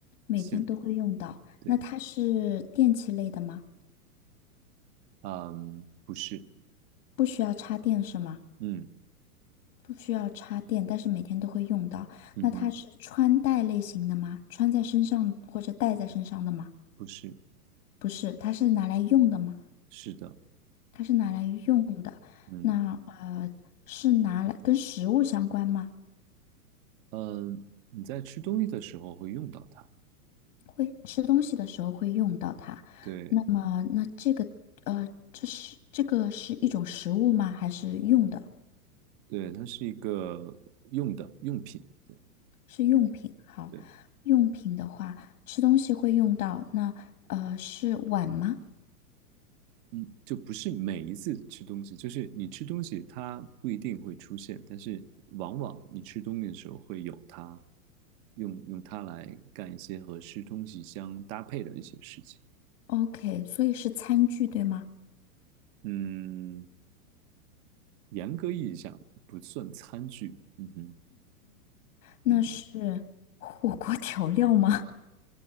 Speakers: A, on the left; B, on the right.
A: 每天都会用到。
B: 现，对，
A: 那它是电器类的吗？
B: 嗯，不是，
A: 不需要插电是吗？
B: 嗯
A: 不需要插电，但是每天都会用到。
B: 嗯哼，
A: 那它是穿戴类型的吗？穿在身上或者戴在身上的吗？
B: 不是，
A: 不是，它是拿来用的吗？
B: 是的，
A: 它是拿来用的。
B: 嗯
A: 那呃，是拿来跟食物相关吗？
B: 嗯，你在吃东西的时候会用到它，
A: 会吃东西的时候会用到它。
B: 对
A: 那么，那这个呃，这是这个是一种食物吗？还是用的？
B: 对，它是一个用的用品，对
A: 是用品。好，
B: 对，
A: 用品的话，吃东西会用到。那呃，是碗吗？
B: 嗯，就不是每一次吃东西，就是你吃东西它不一定会出现，但是往往你吃东西的时候会有它，用用它来干一些和吃东西相搭配的一些事情，
A: OK，所以是餐具对吗？
B: 嗯，严格意义上不算餐具，嗯哼，
A: 那是火锅
B: 嗯。
A: <laughs> 调料吗？